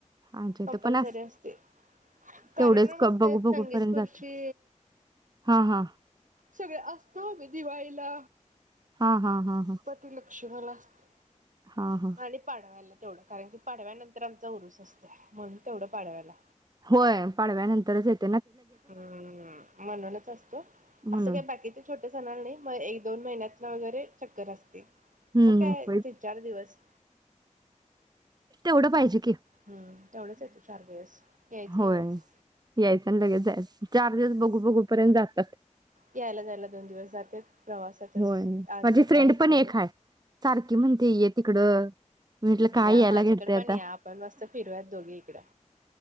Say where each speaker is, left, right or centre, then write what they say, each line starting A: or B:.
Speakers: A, on the right; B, on the right.
A: आमच्या
B: कंपल्सरी
A: इथं पण
B: असते. कार्यक्रम
A: तेवढेच क-
B: असते.
A: बघू बघू
B: संगीत
A: पर्यंत
B: खुर्चि
A: जातात हा हा
B: सगळे अस तो विधि व्हायला
A: हा हा हा हा.
B: ति लक्ष्मिला असते.
A: हा हा
B: आणि पाडव्याला. तेवढं काय पाडव्यानंतर आमचा उरूस असतोय म्हणुन तेवढ पाडव्याला.
A: होय पाडव्यानंतरच येत.
B: हम्म म्हणूनच असतो
A: म्हणून
B: असं काही बाकीचे छोट सणाल नाही मग एक दोन महिन्यात न वगैरे चक्कर असते.
A: हम्म
B: मग काय
A: होय.
B: तीन चार दिवस.
A: तेवढं पाहिजे.
B: हम्म तेवढंच येतो चार दिवस यायचं
A: होय,
B: आणि जायचं.
A: यायचं लगेच जायच चार दिवस बघु बघु पर्यंत जातात.
B: यायला जायला दोन दिवस जाते प्रवासातच
A: होय
B: आज
A: माझी
B: सकाळीच.
A: फ्रेंड पण एक हाय सारखी म्हणते ये तिकडं मी म्हटलं काय
B: या
A: यायला
B: माझ्या
A: घडतंय
B: <unintelligible> पण
A: आता
B: या आपण मस्त फिरुया दोघी इकडं.